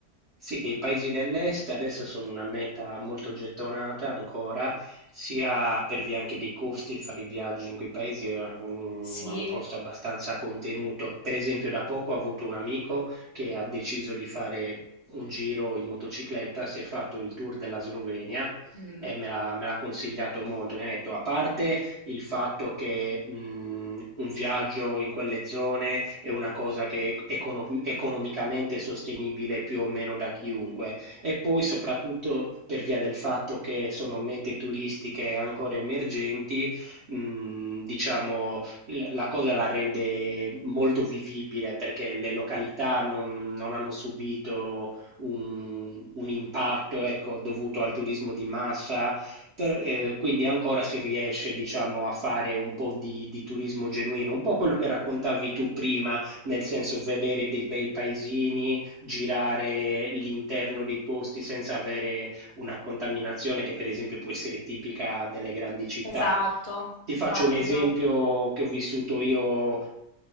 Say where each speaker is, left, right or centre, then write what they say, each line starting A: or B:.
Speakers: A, on the right; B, on the left.
A: sì, che i paesi dell'est adesso sono una meta molto gettonata ancora, sia per via anche dei costi, fare i viaggi in quei paesi è un-
B: Sì.
A: ha un costo abbastanza contenuto. Per esempio, da poco ho avuto un amico che ha deciso di fare un giro in motocicletta, si è fatto il tour della Slovenia
B: Mm.
A: e me l'ha me l'ha consigliato molto. Mi ha detto, a parte il fatto che mh, un viaggio in quelle zone è una cosa che è econo- economicamente sostenibile più o meno da chiunque. E poi soprattutto per via del fatto che sono mete turistiche ancora emergenti, mh, diciamo, l- la cosa la rende molto vivibile perché le località non, non hanno subito un, un impatto, ecco, dovuto al turismo di massa per- eh, quindi ancora si riesce, diciamo, a fare un po' di, di turismo genuino, un po' quello che raccontavi tu prima, nel senso vedere dei bei paesini, girare l'interno dei posti senza avere una contaminazione che per esempio può essere tipica delle grandi città.
B: Esatto,
A: Ti faccio
B: esatto,
A: un esempio
B: esatto.
A: che ho vissuto io